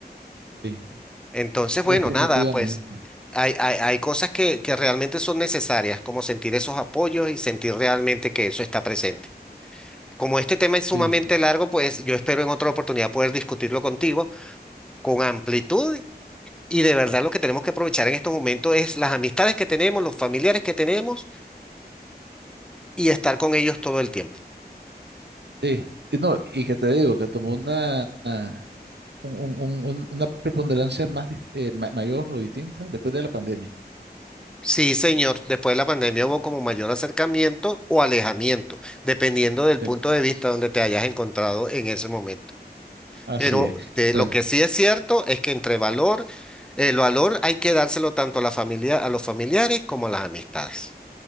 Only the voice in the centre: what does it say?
Entonces, bueno,
nada, pues hay, hay, hay cosas que, que realmente son necesarias, como sentir esos apoyos y sentir realmente que eso está presente. Como este tema es sumamente
largo, pues yo espero en otra oportunidad poder discutirlo contigo con amplitud y de verdad lo que tenemos que aprovechar en estos momentos es las amistades que tenemos, los familiares que tenemos y estar con ellos todo el tiempo.
Sí, señor, después de la pandemia hubo como mayor acercamiento o alejamiento, dependiendo del
punto de vista donde te hayas encontrado en ese momento.
Pero
de
lo que sí es cierto es que entre valor, el valor hay que dárselo tanto a la familia, a los familiares como a las amistades.